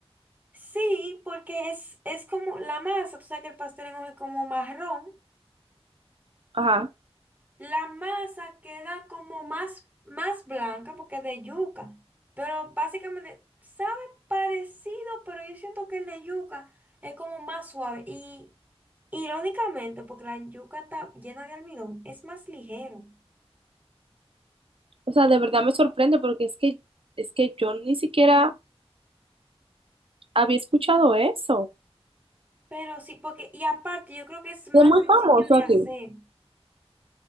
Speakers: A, on the right; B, on the right.
A: Sí, porque es, es como la masa, tú sabes que el pastel en hoja es como marrón,
B: Ajá.
A: la masa queda como más, más blanca porque es de yuca, pero básicamente sabe parecido, pero yo siento que el de yuca es como más suave y irónicamente, porque la yuca está llena de almidón, es más ligero,
B: O sea, de verdad me sorprende porque es que, es que yo ni siquiera había escuchado eso.
A: pero sí, porque, y aparte yo creo que es más
B: Es muy
A: sencillo
B: famoso
A: de
B: aquí.
A: hacer.